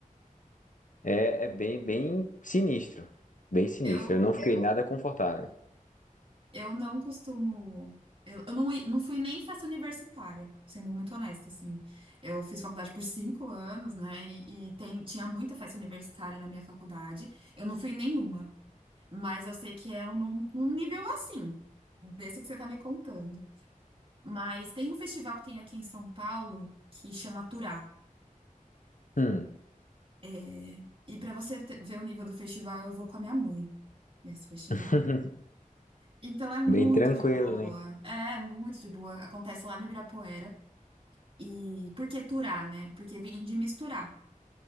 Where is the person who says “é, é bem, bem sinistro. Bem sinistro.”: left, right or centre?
Left